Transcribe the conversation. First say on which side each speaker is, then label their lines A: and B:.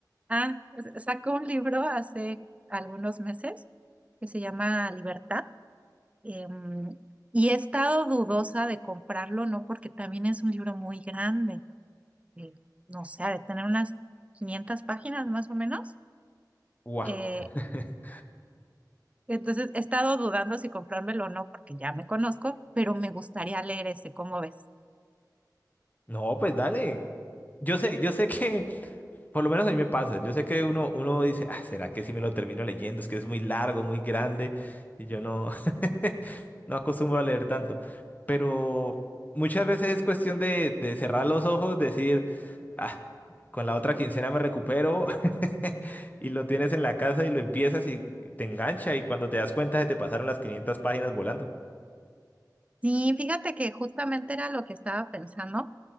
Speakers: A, on the right (about 20°); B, on the left (about 25°).
A: ah, sacó un libro hace algunos meses que se llama Libertad. em, y he estado dudosa de comprarlo, ¿no? Porque también es un libro muy grande, eh, no sé, ha de tener unas 500 páginas más o menos.
B: Guau.
A: Eh,
B: <laughs>
A: Entonces he estado dudando si comprármelo o no, porque ya me conozco, pero me gustaría leer ese, ¿cómo ves?
B: No, pues dale. Yo sé, yo sé que Por lo menos a mí me pasa. Yo sé que uno, uno dice, ah, ¿será que si me lo termino leyendo? Es que es muy largo, muy grande y yo no, <laughs> no acostumbro a leer tanto. Pero muchas veces es cuestión de, de cerrar los ojos, decir, ah, con la otra quincena me recupero <laughs> y lo tienes en la casa y lo empiezas y te engancha y cuando te das cuenta se te pasaron las 500 páginas volando.
A: Sí, fíjate que justamente era lo que estaba pensando